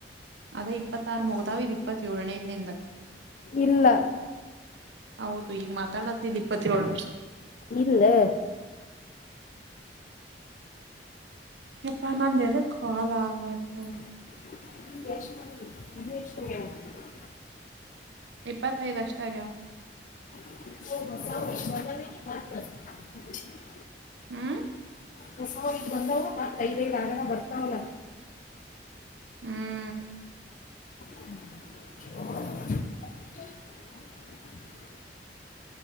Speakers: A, on the right; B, on the left.
A: ಅದೇ ಇಪ್ಪತ್ತಾರು ಮುಗದಾವ್ ಇ ಇಪ್ಪತ್ತಏಳನೇದ <unintelligible>
B: ಇಲ್ಲ
A: ಹೌದು ಈಗ ಮಾತಾಡತ್ತಿಲ್ಲ ಇಪ್ಪತ್ತೇಳಳು
B: ಇಲ್ಲೇ
A: ಹ <unintelligible> ಎದುಕ್ಕಾಲ್ ಆಗೋಯ್ತ.
B: <unintelligible>
A: ಇಪ್ಪತ್ತೈದ್ ಅಷ್ಟ ಆಗ್ಯಾವ್.
B: ಹ <unintelligible>
A: ಹ್ಮ್
B: ಹೊಸವದು ಬಂದವ ಮತ್ತೈದೈ ಆಗನ ಬರ್ತಾವಲ್ಲ.
A: ಹ್ಮ್
B: <inaudible>